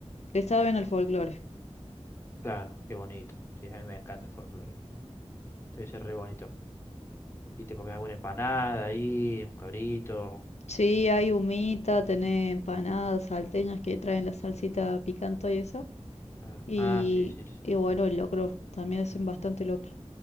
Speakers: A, on the left; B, on the left.
A: le saben al folclore.
B: Claro, qué bonito. Sí, a mí me encanta el folclore. Debe ser re bonito. Y te comes alguna empanada ahí, un cabrito.
A: Sí, hay humita, tenés empanadas salteñas que traen la salsita picante y esa.
B: Claro.
A: Y,
B: Ah, sí, sí, sí.
A: y bueno, el locro, también hacen bastante locro.